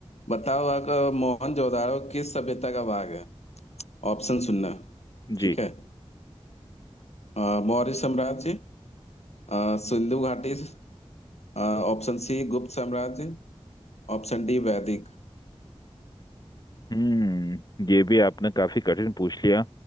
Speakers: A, on the left; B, on the left.
A: बताओ आपका मोहनजोदाड़ो किस सभ्यता का भाग है ऑप्शन सुनना
B: जी
A: ठीक है अ, मौर्य साम्राज्य अ, सिंधु घाटी अ, ऑप्शन सी गुप्त साम्राज्य ऑप्शन डी वैदिक
B: हम्म ये भी आपने काफी कठिन पूछ लिया